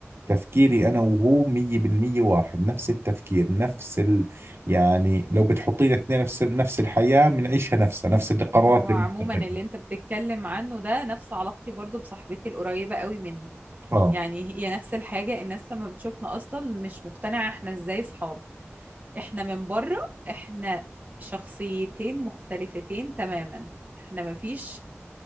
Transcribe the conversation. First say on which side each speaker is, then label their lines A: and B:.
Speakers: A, on the right; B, on the right.
A: تفكيري انا وهو مية بالمية واحد نفس التفكير نفس ال... يعني لو بتحطينا اثنين في نفس الحياة بنعيشها نفسها نفس القرارات
B: هو عموما
A: اللي بنتخذها
B: اللي انت بتتكلم عنه ده نفس علاقتي برضو بصاحبتي القريبة قوي مني
A: اه
B: يعني هي نفس الحاجة الناس لما بتشوفنا أصلا مش مقتنعة احنا ازاي صحاب احنا من بره احنا شخصيتين مختلفتين تماما احنا مفيش